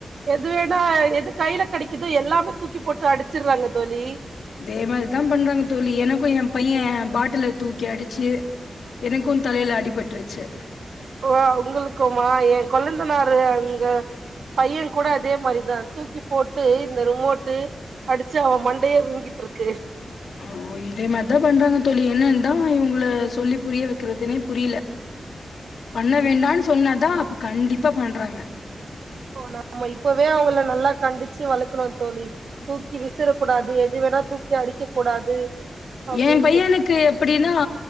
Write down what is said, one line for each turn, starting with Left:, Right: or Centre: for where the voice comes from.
Right: எது வேணா எது கையில கெடைக்குது எல்லாமே தூக்கி போட்டு அடிச்சிட்றாங்க தோலி
Left: இதே மாரிதா பண்றாங்க தோழி எனக்கூ ஏ பையே பாட்ல தூக்கி அடிச்சி எனக்கூ தலையில அடிபட்ருச்சு
Right: ஓ உங்களுக்குமா எ கொழந்தனாரு அங்க பைய கூட அதே மாரிதா தூக்கி போட்டு இந்த ரிமோட்டு அடிச்சு அவ மண்டையே வீங்கிட் ருக்கு
Left: ஓ இதே மாரிதா பண்றாங்க தோழி என்னன்ந்தா இவங்கள சொல்லி புரிய வைக்கறிறதுனே புரியல பண்ண வேண்டான்னு சொன்னாதா அப்ப கண்டிப்பா பண்றாங்க
Right: மா நம்ம இப்பவே அவங்கள நல்லா கண்டிச்சு வளக்கணு தோழி தூக்கி விசறக்கூடாது எது வேணா தூக்கி அடிக்க கூடாது அப்டின்ட்டு
Left: ஏன் பையனுக்கு எப்புடினா